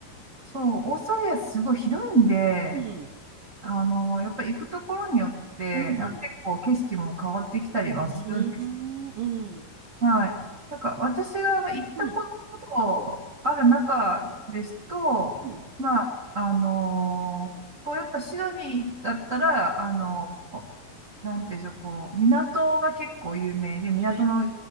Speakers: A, on the right; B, on the right.
A: そう、オーストラリアすごい広いんで、
B: うん。
A: あの、やっぱり行くところによって、
B: うん。
A: なんか結構景色も変わってきたりはする
B: うん。うん。
A: はい。なんか、私が行ったことある中ですと、
B: うんうん
A: まあ、あのーこう、やっぱシドニーだったら、あのなんていうんでしょう、こう、港が結構有名で、港の
B: えー、